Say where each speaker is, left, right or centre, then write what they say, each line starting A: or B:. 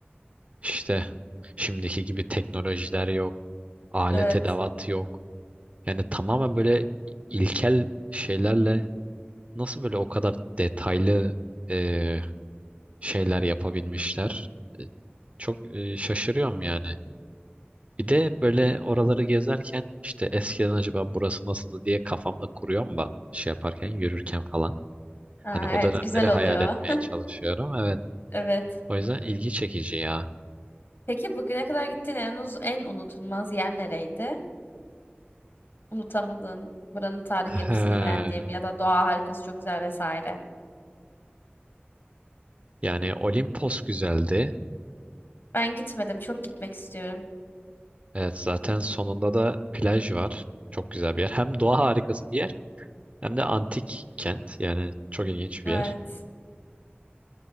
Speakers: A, on the right; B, on the left.
A: işte şimdiki gibi teknolojiler yok. Alet
B: Evet.
A: edevat yok. Yani tamamen böyle ilkel şeylerle Nasıl böyle o kadar detaylı e, şeyler yapabilmişler? E, Çok e, şaşırıyorum yani. Bir de böyle oraları gezerken işte eskiden acaba burası nasıldı diye kafamda kuruyorum ben şey yaparken yürürken falan.
B: Ha,
A: Hani o
B: evet
A: dönemleri
B: güzel
A: hayal
B: oluyor.
A: etmeye çalışıyorum. Evet.
B: <laughs> Evet.
A: O yüzden ilgi çekici ya.
B: Peki bugüne kadar gittiğin en, uz- en unutulmaz yer nereydi? Unutamadığın, buranın tarihi yapısını
A: He.
B: beğendiğim ya da doğa harikası çok güzel vesaire.
A: Yani Olimpos güzeldi.
B: Ben gitmedim, çok gitmek istiyorum.
A: Evet zaten sonunda da plaj var. Çok güzel bir yer. Hem doğa harikası bir yer hem de antik kent. Yani çok ilginç bir
B: Evet.
A: yer.